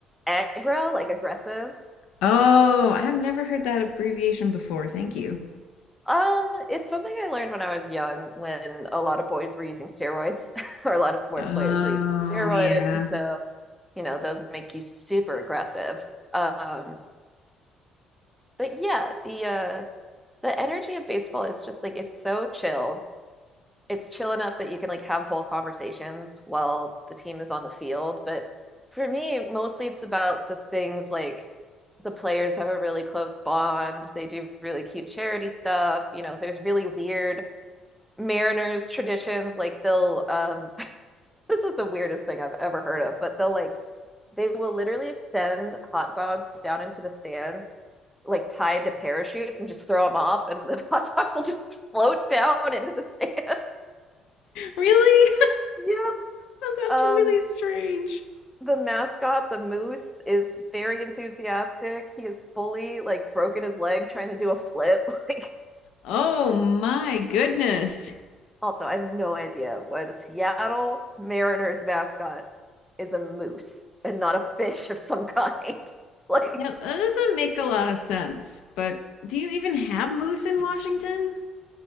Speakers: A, in the centre; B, on the left.
A: aggro, like aggressive.
B: Oh, I've never heard that abbreviation before. Thank you.
A: Um, it's something I learned when I was young when a lot of boys were using steroids <laughs> or a lot of sports
B: Oh,
A: players were using steroids,
B: yeah.
A: and so you know, those make you super aggressive. Um, but yeah, the uh the energy of baseball is just like it's so chill. It's chill enough that you can like have whole conversations while the team is on the field. But for me, mostly it's about the things like the players have a really close bond. They do really cute charity stuff. You know, there's really weird Mariners traditions. Like they'll um, this is the weirdest thing I've ever heard of, but they'll like they will literally send hot dogs down into the stands like tied to parachutes and just throw them off and the <laughs> hot dogs will just float down into the stand.
B: Really?
A: <laughs> yep.
B: <laughs> That's
A: Um
B: really strange.
A: the mascot, the moose, is very enthusiastic. He is fully like broken his leg trying to do a flip. <laughs>
B: Oh my goodness.
A: Also, I have no idea why the Seattle Mariners mascot is a moose and not a fish of some kind. <laughs> Like
B: Yeah, that doesn't make a lot of sense. But do you even have moose in Washington?